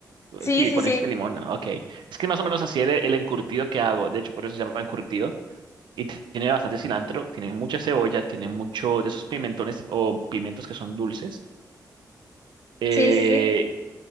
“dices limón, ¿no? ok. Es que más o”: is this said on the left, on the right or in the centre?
Right